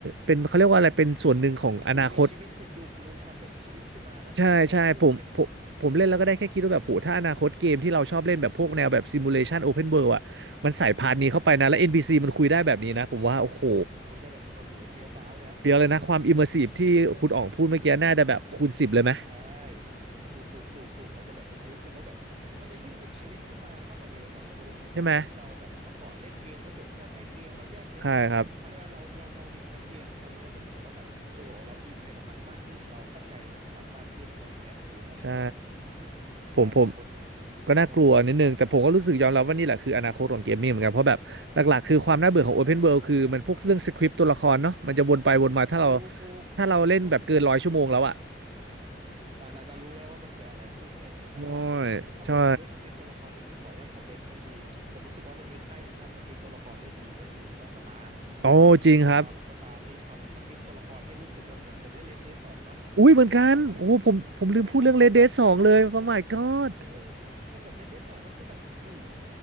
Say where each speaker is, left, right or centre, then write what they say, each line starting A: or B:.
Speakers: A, on the right; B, on the right.
A: เป็นเขาเรียกว่าอะไรเป็นส่วนหนึ่งของอนาคต
B: ดูมีชีวิตชีดูดูความเป็นชีวิตขึ้นมานะผมรู้สึกว่ามันดูเป็น
A: ใช่ใช่ผมผมผมเล่นแล้วก็ได้แค่คิดว่าแบบโหถ้าอนาคตเกมที่เราชอบเล่นแบบพวกแนวแบบซิมูเลชันโอเพนเวิลด์อะมันใส่พาร์ทนี้เข้าไปนะแล้ว
B: เอออ่า
A: NPC มันคุยได้แบบนี้นะผมว่าโอ้โห
B: คุยได้แบบนี้โอ้โหเฟี้ยวฟ้าวเลยอะโอ้โห
A: เฟี้ยวเลยนะความอิมเมอร์ซีฟที่คุณอ๋องพูดเมื่อกี้น่าจะแบบคูณสิบเลยไหม
B: ใช่ถูกถูกถูกถูกมันจะแบบมันจะรู้สึกว่าแบบมันจะยิ่งเป็นชีวิตขึ้นมามากกว่าเดิมอ่ะมันจะรู้สึกว่าจากที่เราแบบเมื่อก่อนเล่นเกมรู้สึกมันก็แค่เกมเราแยกแยะออกเพราะฉะนั้นเราเราเราเห็นชัดเจนคือตอนนี้เราจะรู้สึกว่าแบบเออเราอินไปกับมันมากขึ้นเราเข้าใจไปกับมันมากขึ้นอะไรเงี้ยโอ้น่าสนใจว่ะ
A: ใช่ไหมใช่ครับใช่ผมผม
B: ในอนาคตมีอะไรน่าสนใจมากมาย
A: ก็น่ากลัวนิดนึงแต่ผมก็รู้สึกยอมรับว่านี่แหละคืออนาคตของเกมมิ่งเหมือนกันเพราะแบบหลักๆคือความน่าเบื่อของ
B: ใช่
A: Open World คือมันพวกเรื่องสคริปต์ตัวละครเนาะมันจะวนไปวนมาถ้าเรา
B: ถูกถูกมันก็แบบ
A: ถ้าเราเล่นแบบเกินร้อยชั่วโมงแล้วอะ
B: เราเราจะรู้แล้วว่ามันเกิดอะไรขึ้นอะไรอย่างเงี้ยแต่ว่า
A: ใช่
B: ถ้าพูดถึงเรื่องสคริปต์ตัวละครเนี่ยผมขออนุญาตคอมเมนต์บางทีผมรู้สึกว่ามันมีค่ายหนึ่งทำสคริปต์ตัวละครได้ดีก็คือล็อกสตา
A: ใช่โอ้จริงครับ
B: ผมรู้สึกว่าล็อกสตานี่ทำสคริปต์ตัวละครให้รู้สึกว่าผมผมเล่นเลดเดย์สองเนาะเลดเดย์สองความรู้สึกแบบใช่ไหมเขาเลดเดย์สองมัน
A: อุ้ยเหมือนกันโอ้ผมผมลืมพูดเรื่อง Red Dead สองเลย Oh my god
B: เออมันแบบเลดเดย์สองมันคือแบบหู